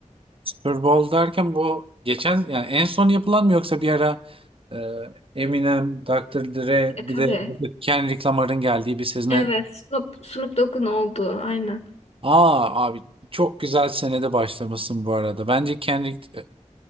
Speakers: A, on the right; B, on the left.
A: Super Bowl derken bu geçen yani en son yapılan mı yoksa bir ara e, Eminem, Dr. Dre
B: E tabii.
A: bir de orada Kendrick Lamar'ın geldiği bir sezone
B: Evet. Snoop, Snoop Dogg'un olduğu. Aynen.
A: Aa abi çok güzel senede başlamışsın bu arada. Bence Kendrick e,